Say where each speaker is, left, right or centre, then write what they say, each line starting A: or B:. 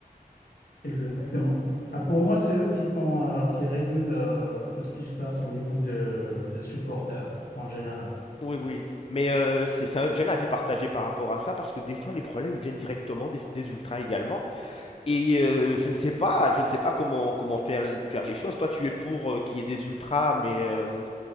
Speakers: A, on the left (about 70°); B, on the left (about 40°).
A: exactement. Ah, pour moi, c'est eux qui font, euh, qui régulent euh, tout ce qui se passe au niveau de, des supporters en général.
B: Oui, oui, mais euh, c'est c'est un- j'ai un avis partagé par rapport à ça parce que des fois les problèmes ils viennent directement des, des ultras également et euh, je ne sais pas, je ne sais pas comment comment faire faire les choses. Toi, tu es pour euh, qu'il y ait des ultras, mais euh,